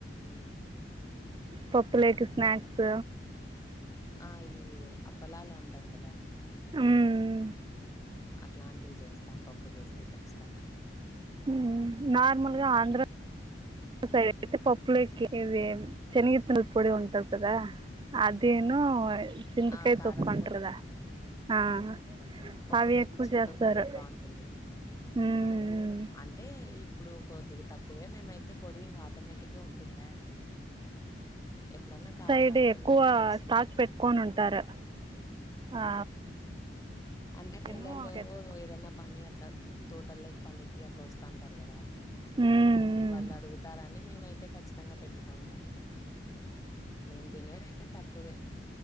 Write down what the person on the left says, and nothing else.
ఉమ్
ఆ ఇవీ అప్పలాలు అంటారు కదా
అట్లాంటివి చేస్తాం పప్పు చేస్తే ఖచ్చితంగా
ఆ!
ఆ! కారం
పొడి.
పప్పు
లేకి
చింతొక్కు
కూడ బాగుంటుంది
ఆర్ అంటే ఇప్ ప్పుడు కొద్దిగా తక్కువే మేమైతే పొడి ఇంకా ఆటోమేటిగ్గా ఉంటుందా ఎప్పుడన్నా కావాలనుకున్నప్పుడు
ఏసుకుంటాం.
అంటే
పల్లెల్లో
ఏదనా పని అట్ల తోటల్లేకి పనికి అట్లా వస్తాంటారు కదా
వాళ్ళడుగు తారని మేమైతే ఖచ్చితంగా పెట్టుకోయింటాము మేము తినేదైతే తక్కువే